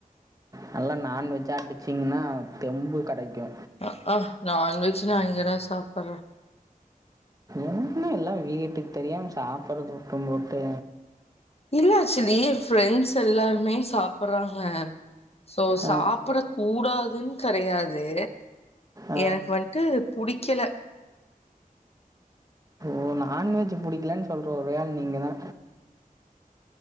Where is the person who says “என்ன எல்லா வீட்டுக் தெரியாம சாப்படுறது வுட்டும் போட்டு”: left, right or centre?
Right